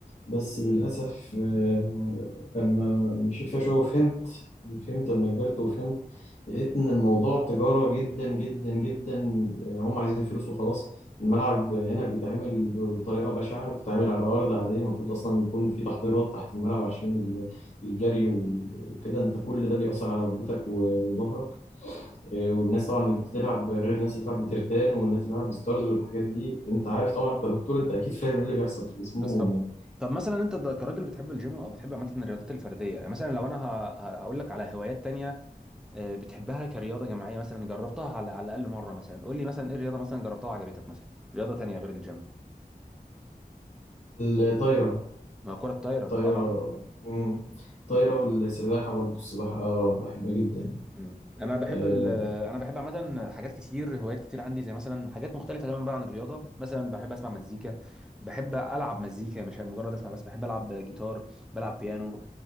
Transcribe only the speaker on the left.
بس للأسف آه، لما مشيت فيها شوية وفهمت فهمت لما كبرت وفهمت لقيت إن الموضوع تجارة جدا جدا جدا آه، هم عايزين فلوس وخلاص الملعب هنا بيتعمل بطريقة بشعة بيتعمل على أرض عادية المفروض أصلا يكون في تحضيرات تحت الملعب عشان ال- الجري وكده أنت كل ده بيأثر على ركبتك و- وظهرك آه، والناس طبعا اللي بتلعب غير الناس اللي بتلعب بترتان والناس اللي بتلعب بستارز والحاجات دي أنت عارف طبعا كدكتور أنت أكيد فاهم إيه اللي بيحصل في جسمهم
يعني.
الطايرة
طايرة
مم. طايرة والسباحة برضه السباحة أه بحبها جدا
آه.